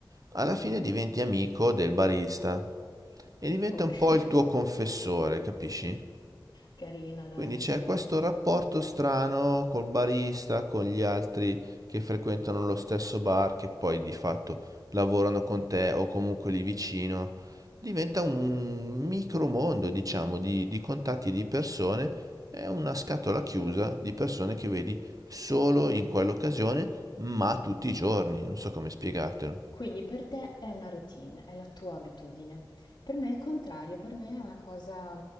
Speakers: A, on the right (about 45°); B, on the left (about 65°).
A: alla fine
B: Mhm.
A: diventi amico del barista e diventa
B: Ok,
A: un po'
B: <laughs>
A: il tuo confessore, capisci?
B: carina, dai.
A: Quindi c'è questo rapporto strano col barista, con gli altri che frequentano lo stesso bar, che poi di fatto lavorano con te o comunque lì vicino. Diventa un micromondo, diciamo, di, di contatti di persone, è una scatola chiusa di persone che vedi solo in quell'occasione, ma tutti i giorni, non so come spiegartelo.
B: Quindi per te è una routine, è la tua abitudine. Per me è il contrario, per me è una cosa,